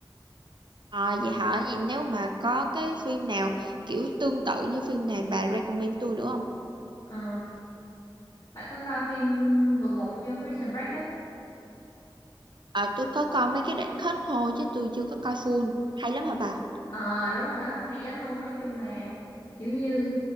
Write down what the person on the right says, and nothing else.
Ờ vậy hả? Vậy nếu mà có cái phim nào kiểu tương tự như phim này bà recommend tôi nữa không?
Ờ tôi có coi mấy cái đoạn cut thôi chứ tôi chưa có coi full. Hay lắm hả bà?